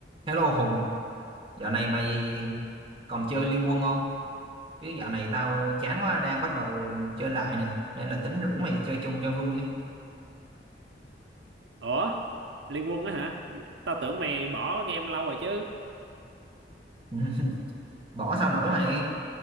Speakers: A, on the right; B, on the right.
A: Hello Hùng, dạo này mày còn chơi Liên Quân không? Chứ dạo này tao chán quá đang bắt đầu chơi lại nè, nên là tính rủ mày chơi chung cho vui á.
B: Ủa, Liên Quân á hả? Tao tưởng mày bỏ game lâu rồi chứ.
A: <laughs> Bỏ sao nổi mày.